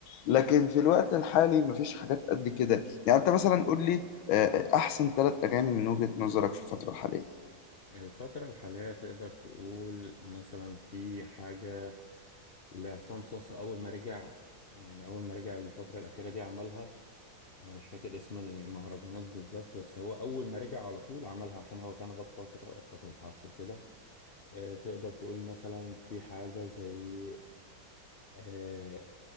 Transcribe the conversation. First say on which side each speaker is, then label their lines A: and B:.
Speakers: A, on the left; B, on the left.
A: لكن في الوقت الحالي مفيش حاجات قد كده يعني انت مثلا قول لي آه، احسن ثلاث اغاني من وجهة نظرك في الفترة الحالية
B: الفترة الحالية تقدر تقول مثلا في حاجة لعصام صاصا أول ما رجع يعني أول ما رجع الفترة الأخيرة دي عملها أنا مش فاكر اسم المهرجانات بالظبط بس هو أول ما رجع على طول عملها عشان هو كان غاب فترة فترة حبس وكده آه، تقدر تقول مثلا في حاجة زي آه،